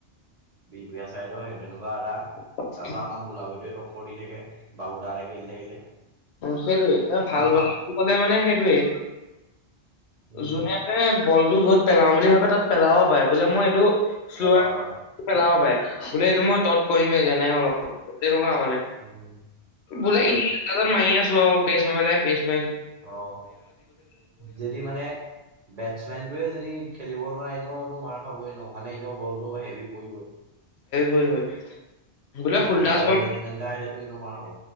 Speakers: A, on the right; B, on the left.
A: বিপিয়া চাইদৰ তেনেকুৱা এটা
B: <unintelligible>
A: তাৰপিছত আমাৰ বোলাবৰিটোৱে টক্কৰ দি থাকে বাবুদাহঁতে খেলি থাকিলে
B: সেইটোৱে নহয় ভাল
A: হা
B: বলাৰ
A: হা
B: বুলি কলে মানে সেইটোৱে।
A: উম
B: জোনে তোনে বল টো য'ত পেলাও বুলি ভাবে তাত পেলাবও পাৰে বোলে মই এইটো শ্ল
A: পেলাব পাৰে
B: পেলাবও পাৰে বোলে এইটো মই দদ কৰিমেই ল তেনেকুৱা মানে,
A: উম
B: বোলে
A: উম
B: এনে সি আনদাজত মাৰি আছে <unintelligible> পেচ মাৰিব লাগে পেচ মাইছে
A: অঁ যদি মানে বেটচমেন্টটোৱে যদি খেলিব এনেওতো মাৰ খাবই ন মানে এনে বলটো হেভি পৰিবই
B: ভৰি ভৰি বোলে
A: অহ
B: ফুলটাচ
A: ভাল
B: বল
A: বেটছমেনটা আহিলেতো ইনেও মাৰ খাব